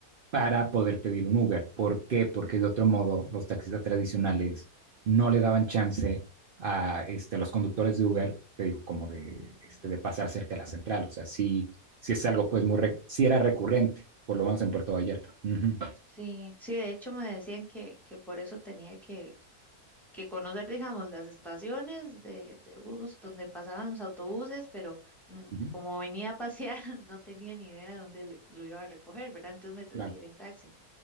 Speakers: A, on the right; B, in the centre.
A: para poder pedir un Uber. ¿Por qué? Porque de otro modo los taxistas tradicionales no le daban chance a este, los conductores de Uber, te digo, como de,
B: mm.
A: este, de pasar cerca de la central. O sea, sí, sí es algo, pues, muy, re sí era recurrente, por lo menos en Puerto Vallarta. Uh -huh,
B: Sí, sí, de hecho me decían que, que por eso tenía que, que conocer, digamos, las estaciones de, de bus donde pasaban los autobuses, pero mm,
A: uh -huh,
B: como venía a pasear, <laughs> no tenía ni idea de dónde lo, lo iba a recoger, ¿verdad? Entonces me tuve
A: claro,
B: que ir en taxi.